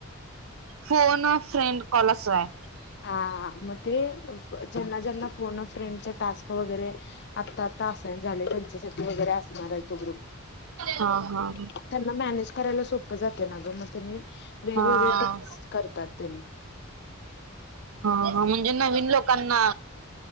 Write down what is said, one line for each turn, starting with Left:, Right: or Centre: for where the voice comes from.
Right: फोन फ्रेंड कॉल असं हाय.
Left: हा मग ते ज्यांना ज्यांना फोन अ फ्रेंडचे टास्क वगैरे आता आता असायन झाले त्या साठी वगैरे असणार हाय तो ग्रुप.
Right: हा हा
Left: त्यांना मॅनेज करायला सोप्प जातं ना ग, मग त्यांनी वेगवेगळे
Right: हा
Left: टिप्स करतात त्यांनी.
Right: हा हा म्हणजे नवीन लोकांना